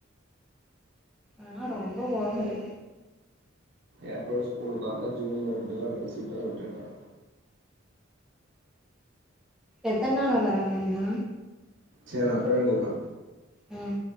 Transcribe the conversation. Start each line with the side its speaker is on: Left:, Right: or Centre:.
Centre: ஆ ரொம்ப ஓவரு
Right: ஏப்ரல் ஸ்கூலுக்குர்ல ஜூன்ல ரெண்டு ஒரு வாரம் கழிச்சு இப்பதான் விட்டுருக்காங்க
Centre: எத்தன நாள வராம இருந்தா
Right: செரி நா அப்பிரவீன கூப்புரா
Centre: ம்